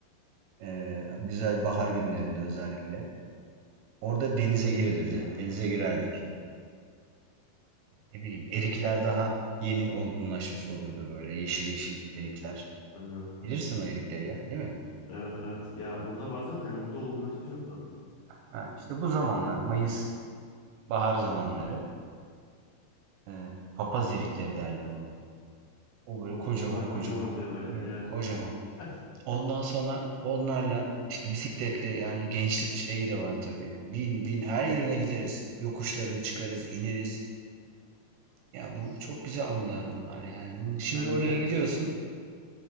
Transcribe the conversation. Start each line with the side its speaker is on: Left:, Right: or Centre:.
Right: Ee, güzel bahar günlerinde özellikle. Orada denize girilirdi.
Left: Çok iyi ya.
Right: Denize girerdik. Ne bileyim erikler daha yeni olgunlaşmış olurdu böyle. Yeşil yeşil erikler.
Left: Hı hı.
Right: Bilirsin o erikleri ya, değil mi?
Left: Evet evet. Ya burada var zaten. Burada olgunlaştı çoktan.
Right: Ha, işte bu zamanlar Mayıs, bahar zamanları. Ee, papaz erikleri derler onlara. O böyle
Left: Of
Right: kocaman
Left: onlar kocaman
Right: kocaman.
Left: oluyor böyle.
Right: Hı,
Left: Evet.
Right: kocaman.
Left: <laughs>
Right: Ondan sonra onlarla işte bisikletle yani gençlik şeyi de var tabii. Bin bin her yerine gideriz. Yokuşlarını çıkarız, ineriz. Ya bu çok güzel anılar bunlar yani. Bunu, şimdi
Left: Bence
Right: oraya
Left: de
Right: gidiyorsun